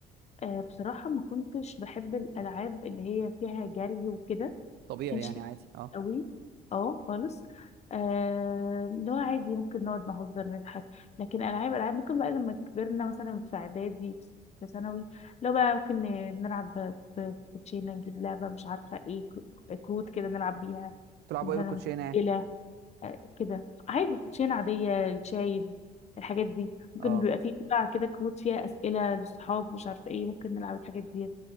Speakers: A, on the left; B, on the right.
A: آه بصراحه ما كنتش بحب الالعاب اللي هي فيها جري وكده
B: طبيعي
A: كانش
B: يعني
A: ليه
B: عادي اه
A: قوي اه خالص آه، اللي هو عادي ممكن نقعد نهزر نضحك لكن العاب العاب ممكن بقى لما كبرنا مثلا في اعدادي في ثانوي لو بقى ممكن ن- نلعب ب- بكوتشينه نجيب لعبه مش عارفه ايه ك- كروت كده نلعب بيها
B: تلعبوا
A: مثلا
B: ايه بالكوتشينه يعني
A: إلى آه، كده عادي كوتشينه عاديه الشايب الحاجات دي ممكن
B: اه
A: بيبقى فيه بتاع كده كروت فيها اسئله للصحاب مش عارفه ايه ممكن نلعب الحاجات دي